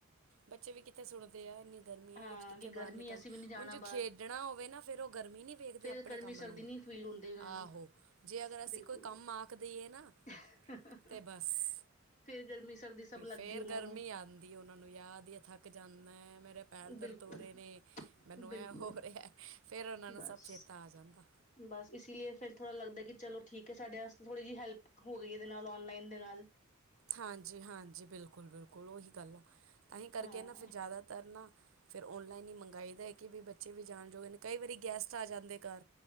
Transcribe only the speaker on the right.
ਬੱਚੇ ਵੀ ਕਿੱਥੇ ਸੁਣਦੇ ਇੰਨੀ ਗਰਮੀ
ਹੈ ਕਿੱਥੇ
ਬਾਹਰ
ਨਿਕਲਦੀ
ਹੁਣ ਜੋੇ ਖੇਡਣਾ
ਹੋਵੇ ਨਾ ਫਿਰ ਉਹ ਗਰਮੀ ਨੀ ਵੇਖਦੇ
ਆਪਣੇ
ਕੰਮ
ਆਹੋ ਜੇ ਅਗਰ ਅਸੀਂ
ਕੋਈ ਕੰਮ ਆਖ ਦਈਏ ਨਾ।
ਤਾਂ ਬਸ
ਫਿਰ
ਗਰਮੀ
ਆਉਂਦੀ ਉਹਨਾਂ ਯਾਦ ਥੱਕ ਜਾਂਦਾ, ਏ ਪੈਰ
ਦਰਦ ਹੋ ਰਹੇ ਨੇ ਮੈਨੂੰ
ਇਹ ਹੋ ਰਿਹਾ ਫੇਰ ਉਹਨਾਂ ਨੂੰ
ਸਭ ਚੇਤਾ ਆ ਜਾਂਦਾ।
ਹਾਂਜੀ-ਹਾਂਜੀ ਬਿਲਕੁਲ-ਬਿਲਕੁਲ ਉਹੀ ਗੱਲ ਆ ਤਾਂ ਹੀ ਕਰਕੇ
ਨਾ ਫਿਰ ਜ਼ਿਆਦਾਤਰ ਨਾ ਫੇਰ ਔਨਲਾਈਨ ਹੀ ਮੰਗਾਈ ਦਾ ਹੈ ਕਿ ਵੀ ਬੱਚੇ ਵੀ ਜਾਣ ਜੋੋਗੇ ਨੇ ਕਈ ਵਾਰੀ ਗੈਸਟ ਆ ਜਾਂਦੇ ਘ